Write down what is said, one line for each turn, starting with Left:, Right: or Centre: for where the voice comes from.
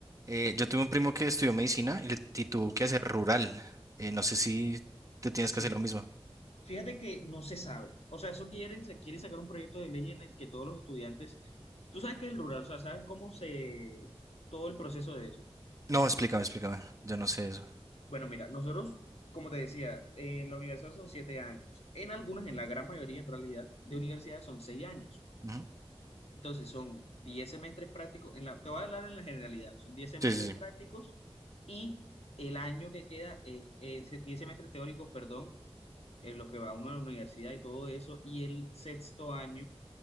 Right: Eh, yo tuve un primo que estudió medicina y, le, y tuvo que hacer rural. Eh, no sé si te tienes
Left: Sí,
Right: que hacer lo mismo.
Left: Fíjate que no se sabe. O sea, eso quieren, se quiere sacar un proyecto de ley en el que todos los estudiantes, tú sabes que el rural, o sea, sabes cómo se, todo el proceso de eso.
Right: No, explícame, explícame. Yo no sé eso.
Left: Bueno, mira, nosotros, como te decía, en la universidad son siete años. En algunas, en la gran mayoría, en realidad, de universidades son seis años.
Right: Ujú.
Left: Entonces, son diez semestres prácticos. En la, te voy a hablar en la generalidad. Son diez semestres
Right: Sí, sí, sí.
Left: prácticos y el año que queda es, es diez semestres teóricos, perdón, en los que va uno a la universidad y todo eso. Y el sexto año